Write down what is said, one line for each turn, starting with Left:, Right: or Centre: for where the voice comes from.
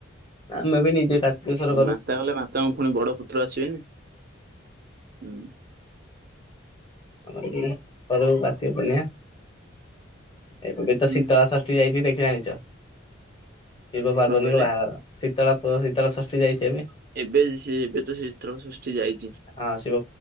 Left: ଆମେ ବି ନିଜେ କାର୍ତ୍ତିକେଶ୍ଵର
Right: ମାତା କଲେ ମାତାଙ୍କ ପୁଣି ବଡ ପୁତ୍ର ଆସିବେନି। ହୁଁ।
Left: <inaudible> କରୁ କର୍ତିକପୂର୍ଣୀମା। ଏବେ ବି ତ
Right: ହୁଁ
Left: ଶୀତଳ ଷଷ୍ଠୀ ଯାଇଛି ଦେଖି ଜାଣିଛ। <inaudible> ଶିବ ପାର୍ବତିଙ୍କ
Right: କଣ କହିଲେ
Left: ବାହାଘର ଶୀତଳ ଶୀତଳ ଷଷ୍ଠୀ ଯାଇଛି ଏବେ।
Right: ଏବେ ସେ ଏବେ ତ ଶୀତଳ ଷଷ୍ଠୀ ଯାଇଛି। <inaudible>
Left: ହଁ ଶିବ